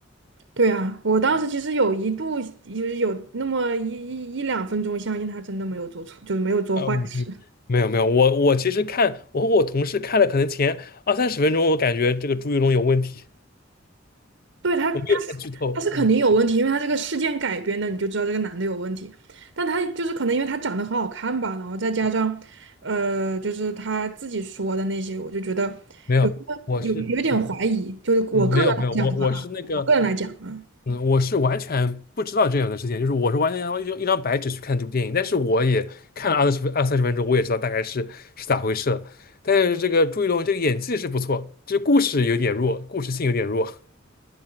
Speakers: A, on the right (about 85°); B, on the left (about 50°).
A: 对啊，我当时其实有一度就是有那么一一一两分钟，相信他真的没有做错，就是没有做坏事。
B: 嗯，没有没有，我我其实看，我和我同事看了，可能前二三十分钟，我感觉这个朱一龙有问题，
A: 对他，他是他是肯定有问题，
B: 我没有看剧透。嗯，
A: 因为他这个事件改编的，你就知道这个男的有问题。但他就是可能因为他长得很好看吧，然后再加上，呃，就是他自己说的那些，我就觉得
B: 没有，
A: 有那么有有一点怀疑。
B: 我是嗯
A: 就是我个人来讲的话啊，
B: 嗯没有没有，我我是那个
A: 我个人来讲啊。
B: 嗯，我是完全不知道这样的事情，就是我是完全要用一张白纸去看这部电影，但是我也看了二十分二三十分钟，我也知道大概是是咋回事了。但是这个朱一龙这个演技是不错，这故事有点弱，故事性有点弱。